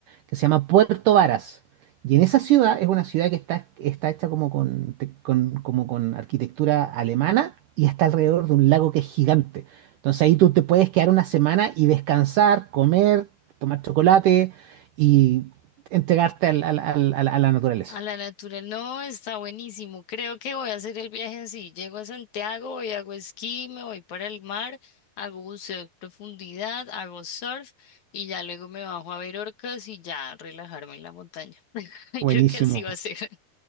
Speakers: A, on the right (about 75°); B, on the left (about 55°).
A: que se llama Puerto Varas. Y en esa ciudad es una ciudad que está, está hecha como con, te- con- como con arquitectura alemana y está alrededor de un lago que es gigante. Entonces ahí tú te puedes quedar una semana y descansar, comer, tomar chocolate y entregarte al- al- al- al- a la naturaleza.
B: A la natural, no, está buenísimo. Creo que voy a hacer el viaje así. Llego a Santiago, voy, hago esquí, me voy para el mar, hago buceo de profundidad, hago surf y ya luego me bajo a ver orcas y ya relajarme en la montaña. <laughs> Y
A: Buenísimo,
B: creo que así va a ser <laughs>